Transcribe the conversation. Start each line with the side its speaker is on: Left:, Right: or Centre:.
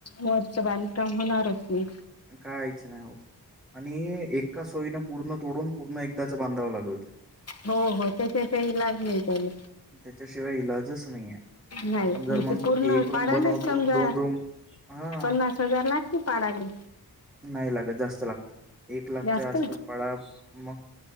Left: वरचं बांधकाम होणारच नाही.
Centre: कायचं नाही होत. आणि एका सोयीन पूर्ण तोडून पूर्ण एकदाच बांधावं लागल तो.
Left: हो हो त्याच्या काही लागले त्याले.
Centre: त्याच्याशिवाय इलाजच नाहीऐ.
Left: नाही
Centre: आपण
Left: आणि
Centre: जर
Left: ते
Centre: म्हणतो
Left: पूर्ण
Centre: की एक रूम
Left: पाडालेच
Centre: बनवतो
Left: समजा
Centre: आणि दोन रूम हा
Left: पन्नास हजार लागती पाडायले.
Centre: नाही लागत जास्त लागत एक लाखच्या
Left: जास्त
Centre: आसपास पडा मग